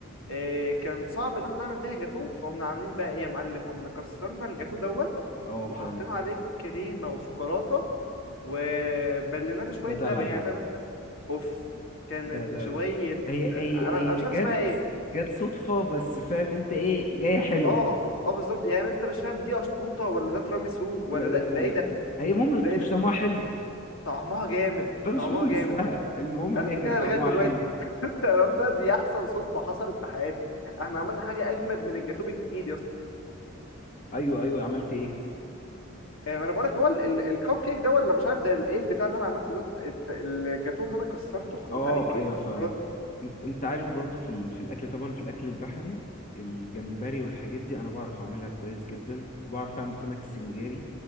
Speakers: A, on the left; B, on the left.
A: إيه كان صعب ان احنا نعمل بيها جاتوه فقمنا عاملين بقى ايه يا معلم قمنا كسرنا الجاتوه دوت
B: اه
A: وحطينا
B: فاهمك
A: عليه كريمه وشوكولاته وبليناه بشويه
B: ده دلع
A: لبن يعني
B: ده
A: فاهم انت اوف كانت
B: ده ده
A: شويه
B: هي
A: انا
B: هي هي
A: أنا مش عارف
B: جت
A: اسمها ايه
B: جت صدفة بس فاهم انت ايه جاية حلوة
A: اه اه بالظبط يعني انت مش فاهم دي اشطوطه ولا ده تراميسو ولا
B: لا-
A: ده
B: لا-
A: ده
B: لا.
A: ايه ده
B: هي المهم
A: ده ايه
B: مش
A: ده
B: طعمها حلو
A: طعمها جامد
B: بقى
A: طعمها
B: مش مهم
A: جامد
B: اسمها المهم ان
A: انا
B: هي
A: فاكرها
B: كان طعمها
A: لغايه دلوقتي
B: حلو
A: <laughs> انت عرفتها دي احسن صدفه حصلت في حياتي احنا عملنا حاجه اجمد من الجاتوه بكتير يا اسطى
B: ايوه ايوه عملت ايه
A: آه، انا بقول لك هو الكب كيك ده ولا مش عارف ده ال- ايه البتاع ده انا عملته ده الت- الت- الجاتوه اللي انا كسرته وحطيت
B: اه
A: عليه كريم
B: ايوه
A: وشوكولاته
B: فاهمك ان- انت عارف برضو في ال... في الاكل طبعا في الاكل البحري الجمبري والحاجات دي انا بعرف اعملها كويس جدا وبعرف اعمل سمك سنجاري